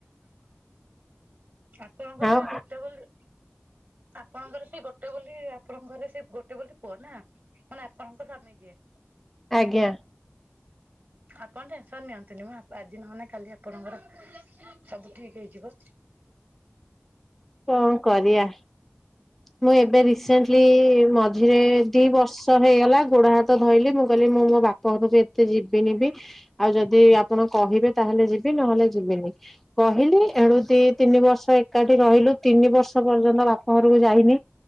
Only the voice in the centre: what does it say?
ଆଉ
ଆଜ୍ଞା।
କଣ କରିଆ? ମୁଁ ଏବେ ରିସେଣ୍ଟଲି ମଝିରେ ଦି ବର୍ଷ ହେଇଗଲା ଗୋଡ, ହାତ ଧଇଲି। ମୁଁ କହିଲି ମୁଁ ମୋ ବା ପ ଘରକୁ ଏତେ ଯିବିନି ବି। ଆଉ ଯଦି ଆପଣ କହିବେ ତା ହେଲେ ଯିବି, ନ ହେଲେ ଯିବିନି। କହିଲି ଏଣୁ ଦି ତିନି ବର୍ଷ ଏକାଠି ରହିଲୁ। ତିନି ବର୍ଷ ପର୍ଯ୍ୟନ୍ତ ବାପା ଘରକୁ ଯାଇନି।